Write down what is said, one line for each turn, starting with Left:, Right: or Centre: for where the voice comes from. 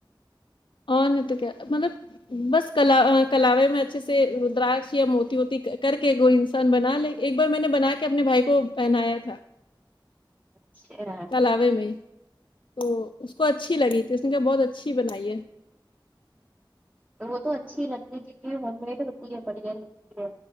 Left: اور نہیں تو کیا مطلب بس کلا کلاوے میں اچھے سے ردراکش یا موتی موتی کر کے وہ انسان بنا لے ایک بار میں نے بنا کے اپنے بھائی کو پہنایا تھا
Right: اچھا
Left: کلاوے میں تو اس کو اچھی لگی تھی اس نے کہا بہت اچھی بنائی ہے
Right: تو وہ تو اچھی ہی لگتی ہے کیونکہ ہوم میڈ ہوتی ہے بڑھیا لگتی ہے